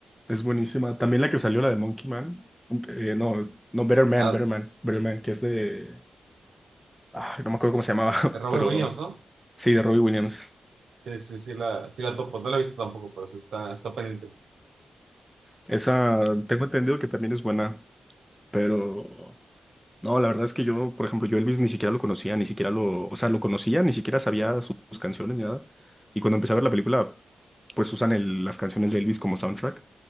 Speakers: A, in the centre; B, on the right (about 80°).
A: es buenísima. También la que salió, la de Monkey Man. Eh, no, no, Better Man,
B: Ah,
A: Better Man, Better Man, que es de... Ah, no me acuerdo cómo se llamaba, <laughs>
B: Robert
A: pero
B: Williams, ¿no?
A: sí, de Robbie Williams.
B: Sí, sí, sí la, sí la topo. No la he visto tampoco, pero sí está, está pendiente.
A: Esa tengo entendido que también es buena, pero no, la verdad es que yo, por ejemplo, yo Elvis ni siquiera lo conocía, ni siquiera lo, o sea, lo conocía, ni siquiera sabía sus, sus canciones ni nada. Y cuando empecé a ver la película, pues usan el- las canciones de Elvis como soundtrack